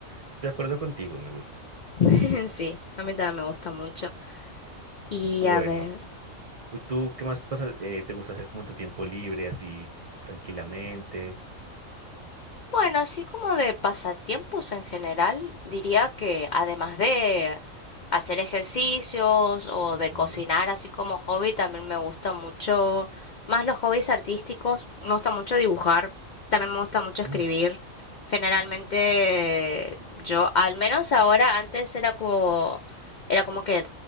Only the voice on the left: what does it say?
<laughs> Sí, a mí también me gusta mucho. Y
a ver,
bueno, así como de pasatiempos en general, diría que además de hacer ejercicios o
de cocinar así como hobby, también me gusta mucho, más los hobbies artísticos, me gusta mucho dibujar, también me gusta mucho escribir.
Generalmente yo, al menos ahora, antes era como, era como que